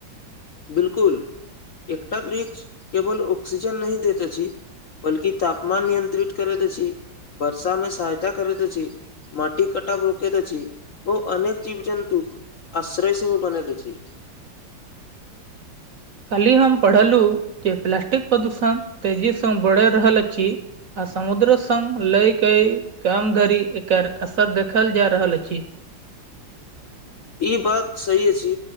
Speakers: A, on the left; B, on the right.
A: बिलकुल एकटा वृक्ष केवल ऑक्सीजन नहि दैत अछी बल्कि तापमान नियंत्रित करैत अछी वर्षा मे सहायता करैत छी माटि कटाब रोकैत छी ओ अनेक जीव जन्तुक आश्रय सेहो बनैत अछि
B: काली हम पढ़लू जे प्लास्टिक प्रदूषण तेजी से बढ़ि रहल अछि आ समुद्र सङ् लयके काम धरि एकर असर देखल जा रहल अछि
A: ई बात सही अछी